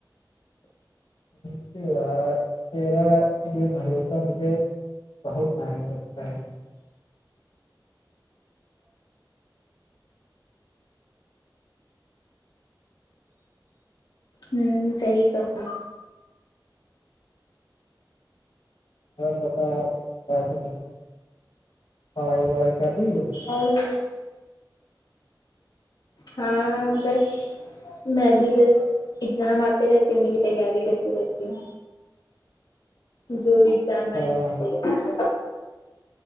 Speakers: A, on the left; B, on the left.
A: ارے یار تیرا لیے بھروسہ مجھے بہت مہنگا رکھتا ہے
B: ہوں صحیح کہا
A: اور بتاؤ اپ پڑائی وڑائی کر رہی ہو
B: اور ہاں بس میں بھی بس اگزام آتے رہتی ہوں انیں کی تیاری کرتی رہتی ہوں جو بھی ایگزام اے
A: ہاں
B: ہے اس کی جگہ